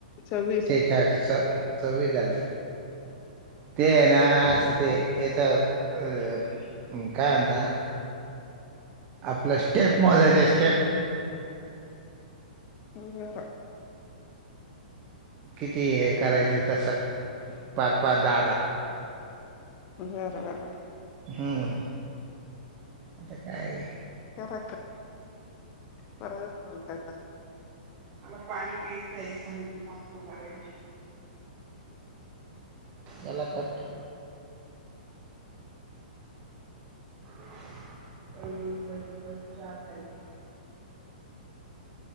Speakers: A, on the left; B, on the right.
A: सव्वीस.
B: चार सव्वीस झाले ते येना अस ते इथ आ काय म्हणता? आपल्या स्टेप मजायचे स्टेप
A: वर <unintelligible>
B: किती हे करायचे तस पाच, पाच, दहा, दहा.
A: बरं बर
B: हम्म. आता काय.
A: करा करा परत बोलता येतं
B: मला पाणी प्यायचं आहे सप करायचं. यालाखट. अदीसस अ चार राहिले.